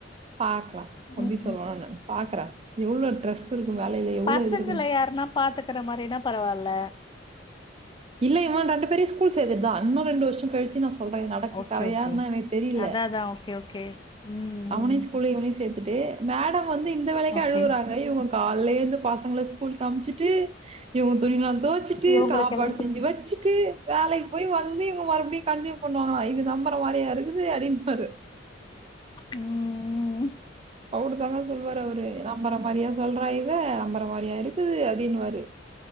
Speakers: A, on the right; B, on the left.
A: பாக்லா
B: ம்
A: அப்டி சொல்லுவ ங்க பாக்குறே எவ்ளோ ட்ரஸ்ட் இருக்கு வேலையில எவ்வளோ
B: பசங்கள
A: இது இருக்கு
B: யாருன்னா பாத்துக்கற மாரினா பரவால்ல
A: இல்ல இவெ ரெண்டு பேரையு ஸ்கூல் சேத்துட்டுதா இன்னு ரெண்டு வருஷொ கழிச்சு நா சொல்றே இது நடக்கு
B: ஓகே
A: கறையான்னு
B: ஓகே
A: எனக்கு தெரில
B: அதா அதா ஓகே ஓகே ம்
A: அவனையு
B: ம்
A: ஸ்கூல்ல இவனையு சேத்துட்டு மேடம் வந்து இந்த வேலைக்கே
B: ஓகே
A: அழுகுறாங்க இவங்க கால்ல ஏந்து பசங்கள ஸ்கூல்க்கு அமிச்சிட்டு இவங்க துணிலா தொவச்சிட்டு
B: இவங்களுக்கெல்லா
A: சாப்பாடு செஞ்சு வச்சுட்டு வேலைக்கு போய் வந்து இவங்க மறுபடியு கண்டினியூ பண்ணுவாங்களா இது நம்புற மாரியா இருக்குது அப்டிம்பாரு
B: ம் ம் ம்
A: அப்டிதாங்க சொல்லுவாரு அவரு நம்புற மாரியா சொல்றா இவ நம்புற மாரியா இருக்குது அப்டின்னுவாரு